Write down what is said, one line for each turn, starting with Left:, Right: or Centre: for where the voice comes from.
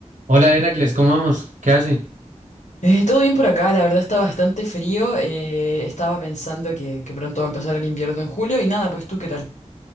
Right: Hola Heracles, ¿cómo vamos? ¿Qué hace?
Left: Eh, todo bien por acá, la verdad está bastante frío. eh, estaba pensando que, que pronto va a empezar el invierno en julio y nada, pues tú, ¿qué tal?